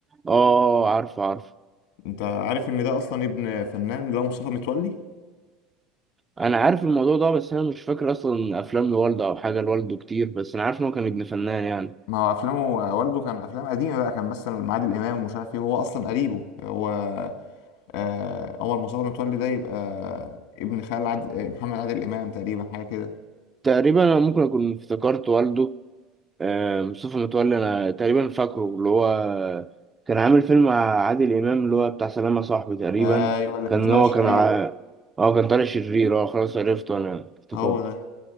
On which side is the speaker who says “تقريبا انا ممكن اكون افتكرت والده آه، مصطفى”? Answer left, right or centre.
Right